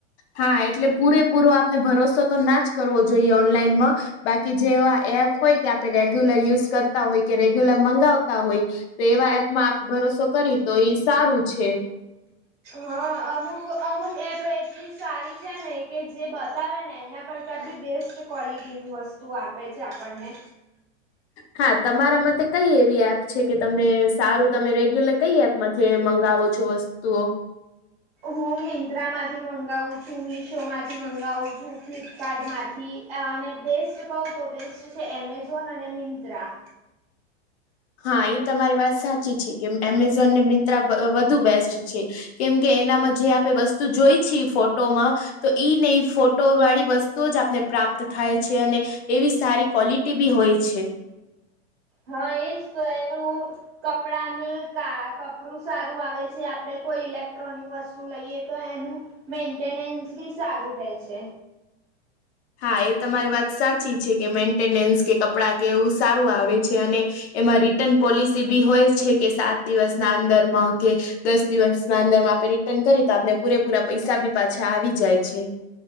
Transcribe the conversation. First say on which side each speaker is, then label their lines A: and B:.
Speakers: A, on the left (about 70°); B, on the right (about 50°).
A: હા એટલે પૂરેપૂરો આપને ભરોસો તો ના જ કરવો જોઈએ ઓનલાઈનમાં. બાકી જે એવા એપ હોય કે આપણે રેગ્યુલર યુઝ કરતા હોય કે રેગ્યુલર મંગાવતા હોય. તો એવા એપમાં આપણે ભરોસો કરી તો ઈ સારું છે.
B: હા અમુક અમુક એપ એટલી સારી છે. કે જે બતાવે ને એના કરતા બી બેસ્ટ ક્વલિટી ન વસ્તુ આપે છે આપણને.
A: હા તમારા મતે કઈ એવી એપ છે કે તમને સારું તમે રેગ્યુલર કઈ એપ. મથે મંગાવો છો વસ્તુઓ.
B: હું મિંત્રા માંથી મંગાવું છું મિશોમાંથી મંગાવું છું ફ્લિપકાર્ટ માંથી અને બેસ્ટ કહું તો બેસ્ટ છે એમેઝોન અને મિંત્રા
A: હા એ તમારી વાત સાચી છે કે એમેઝોન ને મિંત્રા વધુ બેસ્ટ છે. કેમ કે એનામાં જે આપણે વસ્તુ જોઈ છીએ ફોટોમાં. તો ઈ ન એ ફોટો વાળી વસ્તુ જ આપને પ્રાપ્ત થાય છે અને એવી સારી ક્વલિટી બી હોય છે.
B: હા એજ તો એનું કપડાનું કપડું સારું આવે છે આપડે કોઈ ઇલેક્ટ્રોનિક વસ્તુ લઈએ તો એનું મેન્ટેનન્સ બી સારું રહેે છે.
A: હા એ તમારી વાત સાચી છે કે મેન્ટેનન્સ કે કપડાં કે એવું સારું આવે છે અને એમાં રિટર્ન પોલિસી બી હોય છે કે સાત દિવસના અંદરમાં કે દસ દિવસ ના અંદરમાં આપણે રિટર્ન કરી તો આપને પૂરેપૂરા પૈસા બી પાછા આવી જાય છે.